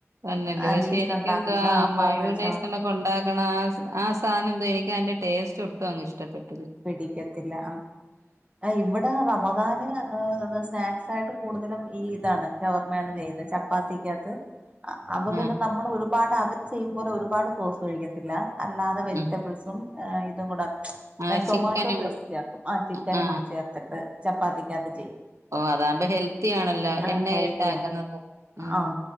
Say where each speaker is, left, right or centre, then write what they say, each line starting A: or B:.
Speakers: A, on the right; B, on the right.
A: തന്നല്ലേ
B: ആഹ്
A: പക്ഷേ
B: വീട്ടിലുണ്ടാക്കുന്ന
A: എനിക്ക് എന്താ ആ
B: ഹോം
A: മയോണൈസനൊക്കെ
B: മെയ്ഡ് ഷവർമ്മ
A: ഉണ്ടാക്കണ ആ ആ സാന ന്തോ എനിക്ക് അതിന്റെ ടേസ്റ്റ് ഒട്ടുംഅങ്ങ് ഇഷ്ടപ്പെട്ടില്ല
B: പിടിക്കത്തില്ല ആഹ് ആഹ് ഇവടെ ടെ റമദാന് സ്നാക്സ് ആയിട്ട് കൂടുതലും ഈ ഇതാണ് ഷവർമ്മയാണ് ചെയ്യുന്നത് ച പ്പാത്തിക്കത്ത് അപ്പോ
A: ആഹ്
B: പിന്നെ നമ്മള് ഒരുപാട് അവര് ചെയ്യുമ്പോലെ ഒരുപാട് സോസ് ഒഴിക്കത്തില്ല അല്ലാതെ വെജിറ്റബിൾസും
A: ഉം
B: ഏഹ് ഇതും കൂടെ
A: ആ
B: ഞാൻ ടൊമാറ്റോ
A: ചിക്കനും
B: പേസ്റ്റ്
A: കൂടെ
B: ചേർക്കും ആ ചിക്കനും
A: ആഹ്
B: കൂടെ ചേർത്തിട്ട് ചപ്പാത്തിക്കത്ത് ചെയ്യും
A: ഓഹ് അതാകുമ്പോ ഹെൽത്തിയാണല്ലോ
B: ആ
A: എണ്ണായിട്ടക്കുന്നത്
B: ഹെൽത്തിയാണ്
A: ഉം
B: ആ